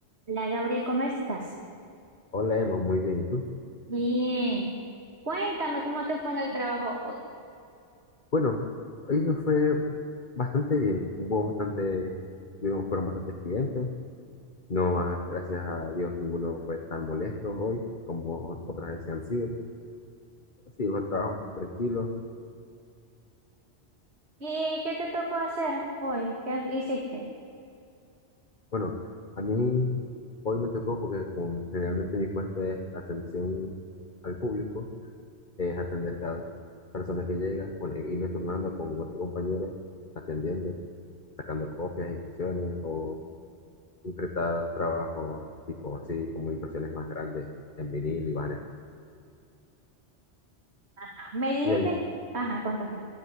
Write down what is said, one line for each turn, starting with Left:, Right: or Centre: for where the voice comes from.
Right: Hola Gabriel, ¿cómo estás?
Left: Hola Emma, muy bien. ¿Y tú?
Right: Bien, cuéntame cómo te fue en el trabajo hoy.
Left: Bueno, hoy me fue bastante bien. Hubo bastante, hubieron- fueron bastantes clientes. No, ah, gracias a Dios, ninguno fue tan molesto hoy como otras veces han sido. Sí, los trabajos bastante tranquilos.
Right: ¿Y qué te tocó hacer hoy? ¿Qué has- hiciste?
Left: Bueno, a mí hoy me tocó porque con- generalmente mi puesto es atención al público, es atender cada persona que llega, bueno, irme turnando con otro compañero, atendiendo, sacando copias, impresiones o concretar trabajos tipo así, como impresiones más grandes en vinil y banner.
Right: Ajá. Me dijiste,
Left: Y, ayu-
Right: ajá, ¿cuánto fue?